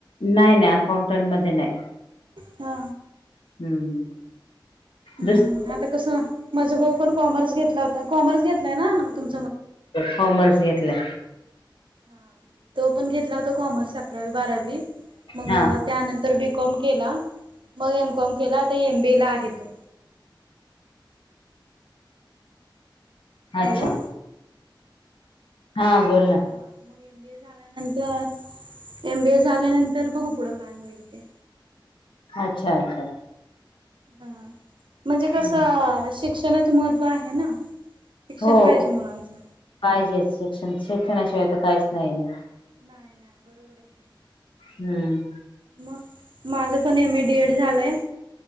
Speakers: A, on the left; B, on the right.
A: नाही नाही अकाउंटंट मध्ये नाही
B: हा
A: हम्म
B: ह
A: दुसर
B: आता कसं माझ भाऊ पण कॉमर्स घेतला होता कॉमर्स घेतलाय ना तुम
A: कॉमर्स घेतलं
B: हा तो पण घेतला होता कॉमर्स अकरावी बारावी मग
A: हा
B: त्यानंतर तर बीकॉम केला मग एमकॉम केला आता एमबी ला आहे तो
A: अच्छा
B: हॅलो
A: हा बोल ना
B: हा मग एमबी ए झाल्यानंतर एमबीए झाल्यानंतर बघू पुढं काय होईल ते
A: अच्छा अच्छा
B: हा म्हणजे कस
A: हम्म
B: शिक्षणाचं महत्त्व आहे ना. शिक्षण
A: हो
B: पाहिजे मुलांचं
A: पाहिजे शिक्षण शिक्षणाशिवाय तर काहीच नाही ना.
B: नाही नाही बरोबर आहे की.
A: हम्म
B: मग माझ पण एम ए डी एड झालंय.